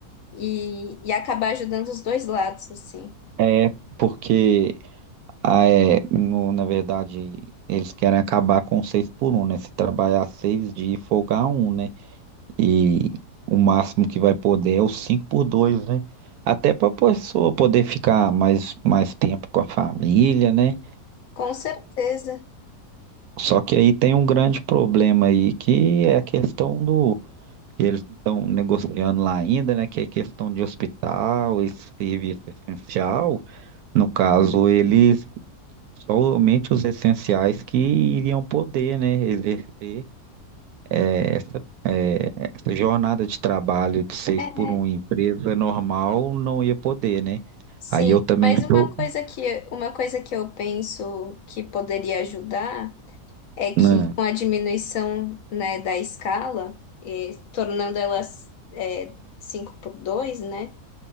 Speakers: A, on the left; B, on the right.
A: e, e acabar ajudando os dois lados, assim.
B: É, porque, ah, é, no- na verdade, eles querem acabar com o seis por um, né? Se trabalhar seis dias e folgar um, né? E o máximo que vai poder é o cinco por dois, né? Até para a pessoa poder ficar mais, mais tempo com a família, né?
A: Com certeza.
B: Só que aí tem um grande problema aí, que é a questão do que eles estão negociando lá ainda, né? Que é questão de hospital e serviço essencial. No caso, eles somente os essenciais que iriam poder, né, exercer eh, essa, eh, essa jornada de trabalho de seis
A: É,
B: por um em empresa normal não ia poder, né?
A: sim.
B: Aí eu também
A: Mas uma
B: sou.
A: coisa que, uma coisa que eu penso que poderia ajudar é que
B: Né?
A: com a diminuição, né, da escala, eh, tornando elas, eh, 5 por 2, né?